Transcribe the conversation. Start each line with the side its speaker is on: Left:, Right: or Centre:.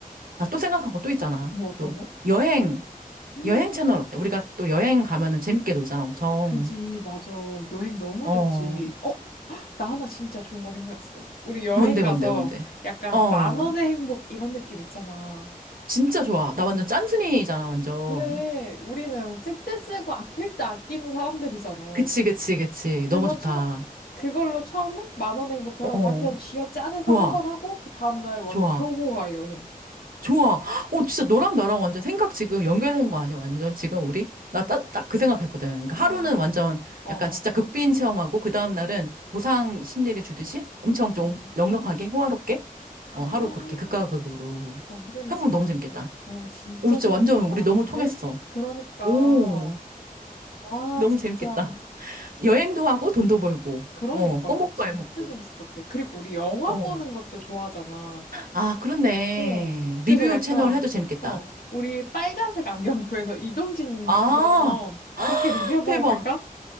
Right: 나 또 생각한 거 또 있잖아.
Left: 뭐 어떤
Right: 또
Left: 거?
Right: 여행,
Left: <gasps> 음,
Right: 여행 채널 어때? 우리가 또 여행 가면은 재밌게 놀잖아, 엄청.
Left: 그지, 맞아. 여행 너무
Right: 어,
Left: 좋지. 어? <gasps> 헉, 나 하나 진짜 좋은 거 생각났어. 우리 여행
Right: 뭔데,
Left: 가서
Right: 뭔데, 뭔데?
Left: 약간
Right: 어.
Left: 만 원의 행복 이런 느낌 있잖아.
Right: 진짜 좋아. 나 완전 짠순이잖아, 완전.
Left: 그래, 우리는 쓸 때 쓰고 아낄 때 아끼는 사람들이잖아.
Right: 그치, 그치, 그치.
Left: 그래서
Right: 너무 좋다.
Left: 처, 그걸로 처음에 만원 행복처럼
Right: 어,
Left: 완전 쥐어 짜내서
Right: 좋아,
Left: 한 번 하고 그 다음날 완전
Right: 좋아,
Left: 초호화 여행.
Right: 좋아. 어, 진짜 너랑 나랑 완전 생각 지금 연결된 거 아니야, 완전 지금 우리? 나 딱, 딱 그 생각했거든. 그러니까
Left: 아,
Right: 하루는 완전
Left: 어,
Right: 약간
Left: 어,
Right: 진짜 극빈 체험하고, 그 다음날은
Left: 어.
Right: 보상 심리를 주듯이 엄청
Left: 음,
Right: 좀
Left: 음.
Right: 넉넉하게, 호화롭게,
Left: 아,
Right: 어, 하루 그렇게 극과 극으로
Left: 너무 재밌을
Right: 해보면
Left: 것
Right: 너무
Left: 같아.
Right: 재밌겠다.
Left: 오, 진짜
Right: 오, 진짜
Left: 재밌을
Right: 완전
Left: 것
Right: 우리
Left: 같은데?
Right: 너무 통했어.
Left: 그러니까,
Right: 오,
Left: 아,
Right: 너무
Left: 진짜.
Right: 재밌겠다. 여행도 하고 돈도 벌고,
Left: 응. 그러니까,
Right: 어, 꺼먹고
Left: 진짜
Right: 알먹고.
Left: 재밌을 것 같아. 그리고 우리 영화
Right: 어.
Left: 보는 것도 좋아하잖아.
Right: 아, 그렇네.
Left: 어, 그래서
Right: 리뷰
Left: 약간,
Right: 채널 해도 재밌겠다.
Left: 어, 우리 빨간색 안경 구해서 <laughs> 이동진님처럼
Right: 아,
Left: 그렇게 리뷰 한번
Right: 대박.
Left: 해볼까?